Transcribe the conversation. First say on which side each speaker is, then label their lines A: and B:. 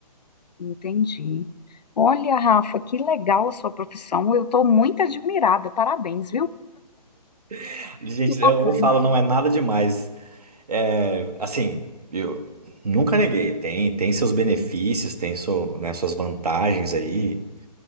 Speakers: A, on the left; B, on the right.
A: Entendi. Olha, Rafa, que legal a sua profissão. Eu estou muito admirada. Parabéns, viu?
B: <laughs> Gente,
A: Que
B: eu,
A: bacana.
B: eu falo, não é nada demais. É, assim, eu nunca neguei. Tem, tem seus benefícios, tem seu, né, suas vantagens aí.